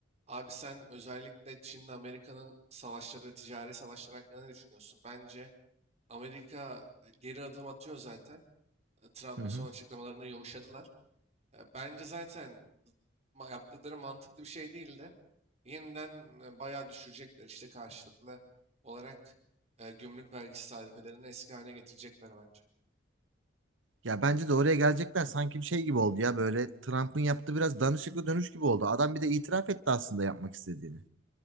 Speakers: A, on the right; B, on the right.
A: Abi sen özellikle Çin'le Amerika'nın savaşları, ticari savaşlar hakkında ne düşünüyorsun? Bence Amerika e, geri adım atıyor zaten. E, Trump'ın
B: Hı hı.
A: son açıklamalarında yumuşadılar. E, Bence zaten ma- yaptıkları mantıklı bir şey değil de yeniden e, bayağı düşürecekler işte karşılıklı olarak e, gümrük vergisi tarifelerini eski haline getirecekler bence.
B: Ya bence de oraya gelecekler sanki bir şey gibi oldu ya böyle Trump'ın yaptığı biraz danışıklı dönüş gibi oldu. Adam bir de itiraf etti aslında yapmak istediğini.